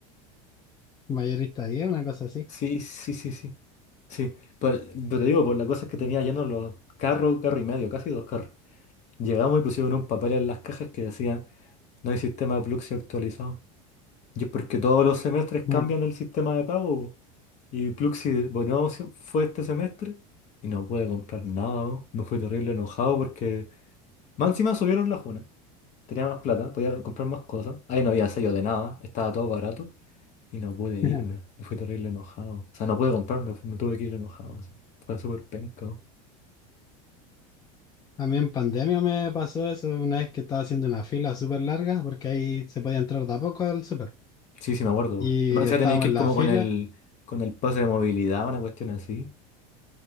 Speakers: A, on the left (about 25°); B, on the left (about 45°).
A: Mayorista 10, una cosa así.
B: Sí, sí, sí, sí. Sí. Pero, pero te digo, por la cosa es que tenía lleno los carros, carro y medio, casi dos carros. Llegamos y pusieron un papel en las cajas que decía, no hay sistema de Pluxee actualizado. Y es porque todos los semestres cambian
A: <laughs> Ujú.
B: el sistema de pago. po. Y Pluxi, bueno, se- fue este semestre y no pude comprar nada. po. Me fui terrible enojado porque más encima subieron la juna. Tenía más plata, podía comprar más cosas. Ahí no había sello de nada, estaba todo barato y no pude irme.
A: Ujú.
B: Me fui terrible enojado. O sea, no pude comprarme, me tuve que ir enojado. así. Fue súper penca. po.
A: A mí en pandemia me pasó eso una vez que estaba haciendo una fila súper larga porque ahí se podía entrar de a poco al súper.
B: Sí, sí, me acuerdo.
A: Y
B: po. Más encima
A: estábamos
B: tenéis que ir
A: en
B: como
A: la fila.
B: con el, con el pase de movilidad, una cuestión así.